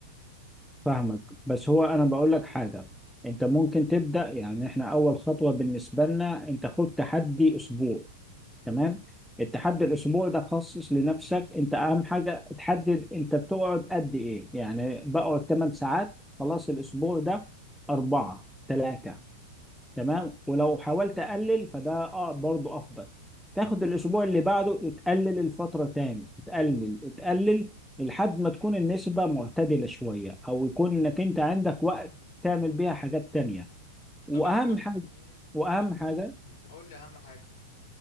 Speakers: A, in the centre; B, on the left.
A: فاهمك بس هو انا بقول لك حاجه انت ممكن تبدا يعني احنا اول خطوه بالنسبه لنا انت خد تحدي اسبوع تمام التحدي الاسبوعي ده خصص لنفسك انت اهم حاجه تحدد انت بتقعد قد ايه يعني بقعد 8 ساعات خلاص الاسبوع ده اربعه ثلاثه تمام ولو حاولت اقلل فده اه برضه افضل تاخد الاسبوع اللي بعده تقلل الفتره تاني تقلل تقلل لحد ما تكون النسبه معتدله شويه او يكون انك انت عندك وقت تعمل بيها حاجات تانيه واهم
B: طب انا كنت
A: حاجه
B: مم.
A: واهم
B: انا
A: حاجه
B: قول لي اهم حاجة